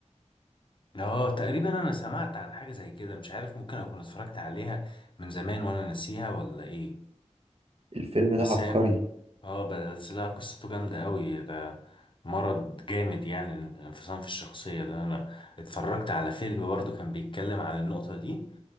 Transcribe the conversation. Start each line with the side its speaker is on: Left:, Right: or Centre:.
Left: اه تقريبا انا سمعت عن حاجة زي كده مش عارف ممكن اكون اتفرجت عليها من زمان وانا ناسيها ولا ايه
Right: الفيلم
Left: بس
Right: ده عبقري
Left: هي اه بس لها قصته جامدة قوي ده مرض جامد يعني الانفصام في الشخصية ده انا اتفرجت على فيلم برضو كان بيتكلم عن النقطة دي